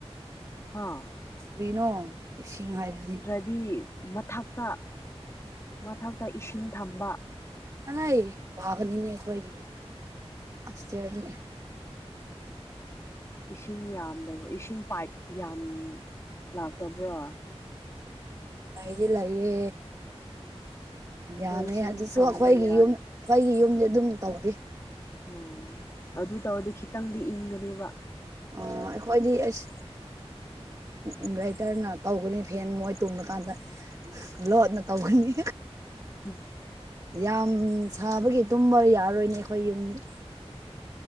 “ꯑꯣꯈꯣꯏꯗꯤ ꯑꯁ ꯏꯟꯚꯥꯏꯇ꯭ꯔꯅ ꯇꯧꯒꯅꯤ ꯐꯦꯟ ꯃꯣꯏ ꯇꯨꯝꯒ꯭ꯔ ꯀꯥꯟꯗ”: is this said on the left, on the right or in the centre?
Right